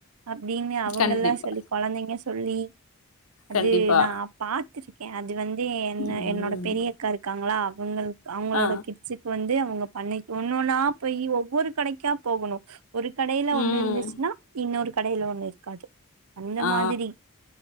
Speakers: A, on the right; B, on the left.
A: அப்டின்னு அவுங்கெல்லா
B: கண்டிப்பா
A: சொல்லி கொழந்தைங்க சொல்லி அது
B: கண்டிப்பா
A: நா பாத்திருக்கே அது வந்து என்ன
B: ம்
A: என்னோட பெரியக்கா இருக்காங்களா பொங்கல் அவுங்களோட
B: ஆ
A: கிட்சுக் வந்து அவுங்க பண்ணை ஒண்ணு ஒன்னா போய் ஒவ்வொரு கடைக்கா போகனு ஒரு கடையில ஒண்ணு
B: ம்
A: இருந்துச்னா இன்னொரு கடையில ஒண்ணு இருக்காது அந்த
B: ஆ
A: மாதிரி